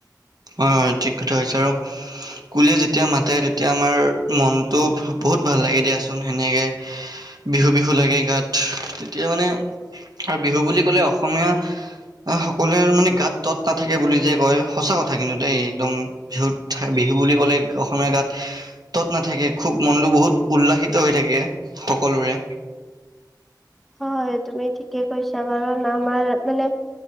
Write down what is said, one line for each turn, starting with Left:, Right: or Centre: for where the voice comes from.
Right: অ' ঠিক কথা হৈছে আৰু কুলিয়ে যেতিয়া মাতে, তেতিয়া আমাৰ মনটো ভ- বহুত ভাল লাগে দিয়াচোন সেনেকে।
Centre: <unintelligible>
Right: বিহু বিহু লাগে গাত। তেতিয়া মানে আৰু বিহু বুলি ক'লে অসমীয়া সকলোৰে মানে গাত তৎ নাথাকে বুলি যে কয়, সঁচা কথা কিন্তু দেই। একদম বিহুত বিহু বুলি ক'লে অসমীয়া গাত তৎ নাথাকে, খুব মনটো বহুত উল্লাসিত হৈ থাকে সকলোৰে।
Centre: হয়, তুমি ঠিকে কৈছা বাৰু। নামাৰ মানে